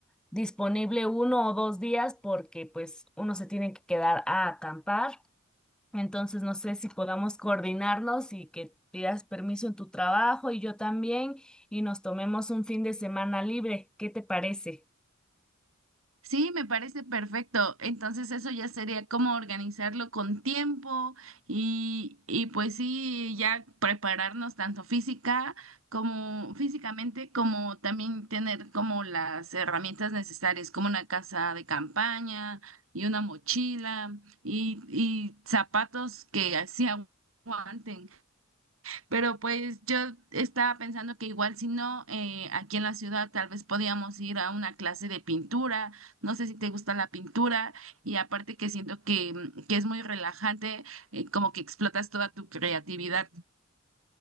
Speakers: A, in the centre; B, on the right.
A: disponible uno o dos días porque pues uno se tiene que quedar a acampar. Entonces, no sé si podamos coordinarnos y que pidas permiso en tu trabajo y yo también y nos tomemos un fin de semana libre. ¿Qué te parece?
B: Sí, me parece perfecto. Entonces eso ya sería como organizarlo con tiempo y, y pues sí, ya prepararnos tanto física como físicamente, como también tener como las herramientas necesarias, como una casa de campaña y una mochila y, y zapatos que así aguanten. Pero pues yo estaba pensando que igual si no, eh, aquí en la ciudad tal vez podíamos ir a una clase de pintura. No sé si te gusta la pintura y aparte que siento que, que es muy relajante, eh, como que explotas toda tu creatividad.